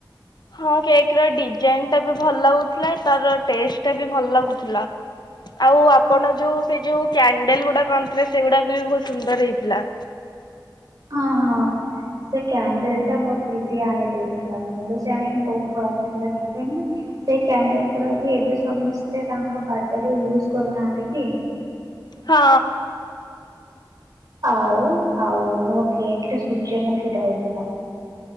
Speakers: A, on the left; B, on the right.
A: ହଁ କେକ୍ ର ଡିଜାଇନ ଟା ବି ଭଲ ଲାଗୁଥିଲା। ତାର ଟେଷ୍ଟଟାବି ଭଲ ଲାଗୁଥିଲା ଆଉ ଆପଣ ଯୋଉ ସେ ଯୋଉ କ୍ୟାଣ୍ଡଲ ଗୁଡା ଆଣିଥିଲେ ସେଗୁଡା ବହୁତ ସୁନ୍ଦର ହେଇଥିଲା।
B: ହଁ ହଁ ସେ କ୍ୟାଣ୍ଡେଲ ଟା ମୋର ଦିଦି ଆଣି ଦେଇେଇଥିଲା। ମୁଁ ବି ଜାଣିନି କୋଉଠୁ ଆଣିଥିଲା କେଜାଣି ସେ କ୍ୟାଣ୍ଡେଲ ଗୁଡା ବି ଏବେ ସମସ୍ତେ ତାଙ୍କ ବାର୍ଥଡେରେ ୟୁଜ କରୁନାହାନ୍ତି କି।
A: ହଁ
B: ଆଉ ଆଉ ମୋ କେକ୍ ରେ ସୂର୍ଯ୍ୟମୁଖୀଟା ହେଇଥିଲା।